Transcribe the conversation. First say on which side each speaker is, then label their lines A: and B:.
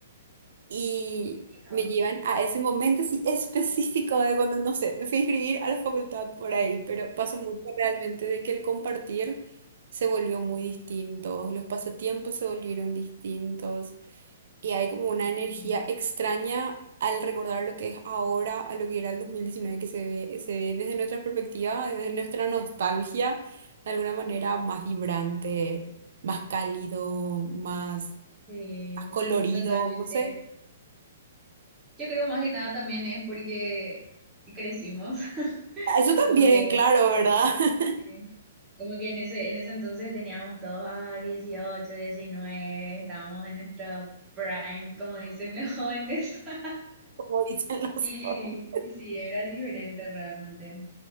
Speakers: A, on the right; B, on the right.
A: y
B: Hija,
A: me llevan a ese momento así específico de cuando, no sé, me fui a inscribir a la facultad por ahí, pero pasó mucho realmente de que el compartir se volvió muy distinto, los pasatiempos se volvieron distintos y hay como una
B: sí,
A: energía extraña al recordar lo que es ahora a lo que era el dos mil diecinueve que se ve, se ve desde nuestra perspectiva, desde nuestra nostalgia, de alguna manera más vibrante, más cálido, más,
B: sí,
A: más colorido,
B: totalmente.
A: no sé.
B: Yo creo más que nada también es porque crecimos, <laughs>
A: Eso también,
B: como que
A: claro, ¿verdad? <laughs>
B: Sí. Como que en ese, en ese entonces teníamos todos a 18 diecinueve estábamos en nuestro prime, como dicen los jóvenes. <laughs>
A: Como dicen los
B: Y,
A: otros.
B: y sí, era diferente realmente.